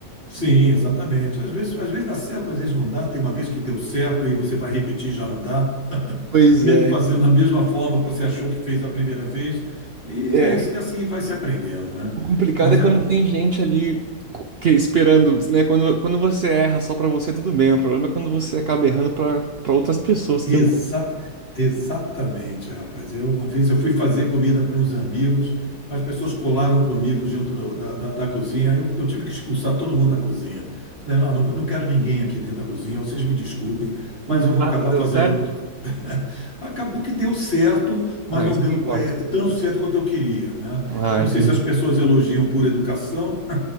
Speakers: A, on the left; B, on the right.
A: sim, exatamente. Às vezes, às vezes dá certo, às vezes não dá. Tem uma vez que deu certo e você vai repetir, e já não dá,
B: Pois
A: <laughs> mesmo
B: é.
A: fazendo da mesma forma que você achou que fez da primeira vez, e,
B: É.
A: é- e assim vai se aprendendo, né?
B: O complicado
A: Mas
B: é quando
A: é bom.
B: tem gente ali co- que esperando, né? Quando, quando você erra só pra você, tudo bem. O problema é quando você acaba errando pra para outras pessoas
A: Exa-
B: que iam co-
A: exatamente, rapaz. Eu, uma vez eu fui fazer comida para uns amigos, as pessoas colaram comigo junto do- da, da- da cozinha, aí eu, eu tive que expulsar todo mundo da cozinha. Falei, não, não, não quero ninguém aqui dentro da cozinha, vocês me desculpem, mas
B: e o
A: eu vou
B: prato
A: acabar
B: deu
A: fazendo.
B: certo.
A: <laughs> Acabou que deu certo, mas
B: Ah,
A: não
B: isso
A: deu
B: que importa.
A: é, tão certo quanto eu queria, né?
B: Ah,
A: Eu não
B: entendi.
A: sei se as pessoas elogiam por educação